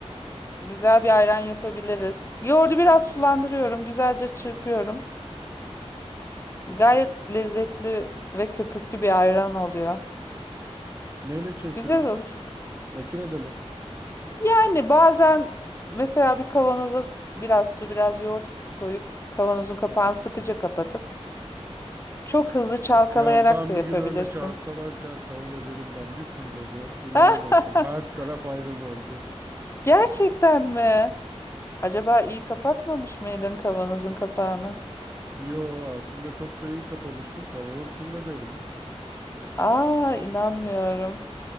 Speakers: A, on the left; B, on the right.
A: Güzel bir ayran yapabiliriz. Yoğurdu biraz sulandırıyorum, güzelce çırpıyorum. Gayet lezzetli ve köpüklü bir ayran oluyor.
B: Neyle çırpıyorsun?
A: Güzel olur.
B: Makinede mi?
A: Yani bazen mesela bir kavanoza biraz su, biraz yoğurt koyup kavanozun kapağını sıkıca kapatıp çok hızlı çalkalayarak
B: Ya ben
A: da yapabilirsin.
B: bir gün öyle çalkalarken kavanoz elimden bir fırladı. İnanamazsın.
A: <laughs>
B: Her taraf ayran oldu.
A: Gerçekten mi? Acaba iyi kapatmamış mıydın kavanozun kapağını?
B: Yo aslında çok da iyi kapamıştım. Kavanoz fırladı elimden.
A: Aa, inanmıyorum.